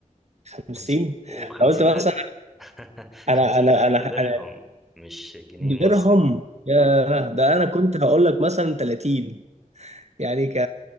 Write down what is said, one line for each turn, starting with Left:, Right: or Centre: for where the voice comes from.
Right: <laughs> 50
Centre: خمس... وخمسين
Right: انا قلت مثلا
Centre: ألف <laughs>
Right: انا
Centre: خمسين
Right: انا
Centre: ألف
Right: انا
Centre: درهم
Right: انا
Centre: مش جنيه
Right: درهم
Centre: مصري
Right: يا ده انا كنت هقول لك مثلا 30 يعني ك